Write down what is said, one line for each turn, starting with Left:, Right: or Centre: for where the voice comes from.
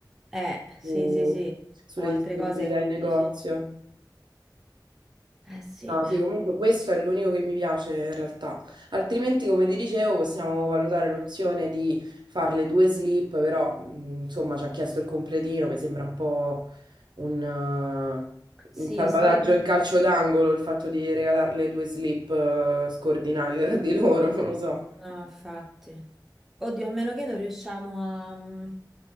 Centre: Eh, sì,
Right: su-
Centre: sì, sì.
Right: sulle
Centre: O altre
Right: disponibilità
Centre: cose
Right: in
Centre: che
Right: negozio.
Centre: ti dice... Eh sì.
Right: No, sì, comunque questo è l'unico che mi piace in realtà. Altrimenti, come ti dicevo, possiamo valutare l'opzione di fare le due slip, però mh, insomma ci ha chiesto il completino, mi sembra un po' un, eh,
Centre: Sì,
Right: un salvataggio
Centre: io slip,
Right: in calcio d'angolo il fatto di regalarle due slip eh, scordinate tra di loro, non lo so.
Centre: no, infatti. Oddio, a meno che non riusciamo a... mm,